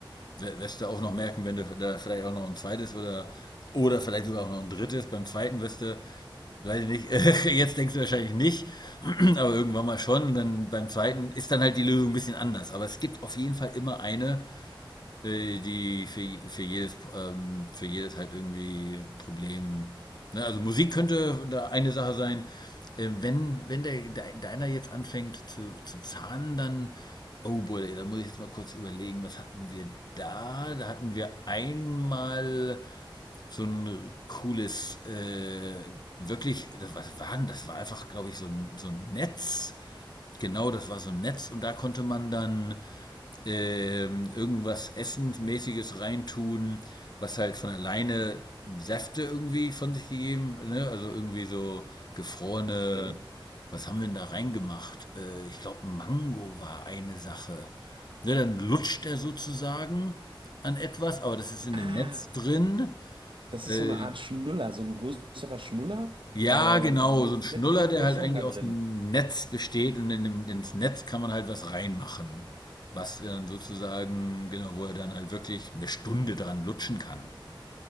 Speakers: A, on the left; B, on the right.
A: W- Wirst du auch noch merken, wenn du da vielleicht auch noch ein zweites oder oder vielleicht sogar auch noch ein drittes. Beim zweiten wirst du, weiß ich nicht, <laughs> äh, jetzt denkst du wahrscheinlich nicht, <clears throat> aber irgendwann mal schon. Und dann beim zweiten ist dann halt die Lösung ein bisschen anders. Aber es gibt auf jeden Fall immer eine, äh, die für, für, jedes, ähm, für jedes halt irgendwie Problem. Ne? Also Musik könnte da eine Sache sein. Äh, wenn wenn der, de- deiner jetzt anfängt zu, zu zahnen, dann. Oh boy, da muss ich jetzt mal kurz überlegen, was hatten wir da? Da hatten wir einmal so ein cooles, äh, wirklich, das- was war denn das? War einfach, glaube ich, so ein, so ein Netz Genau, das war so ein Netz und da konnte man dann ähm, irgendwas Essensmäßiges reintun, was halt von alleine Säfte irgendwie von sich gegeben, ne? Also irgendwie so gefrorene,
B: okay.
A: was haben wir denn da reingemacht? Äh, ich glaube, Mango war eine Sache. Ne, dann lutscht er sozusagen an etwas, aber das ist in
B: Ah,
A: dem Netz drin.
B: das
A: Äh,
B: ist so eine Art Schnuller, so ein größerer Schnuller
A: ja,
B: äh,
A: genau,
B: mit,
A: so ein Schnuller,
B: mit, mit
A: der
B: Löchern
A: halt eigentlich
B: da drin.
A: aus dem Netz besteht und in dem, ins Netz kann man halt was reinmachen, was dann sozusagen, genau, wo er dann halt wirklich eine Stunde dran lutschen kann.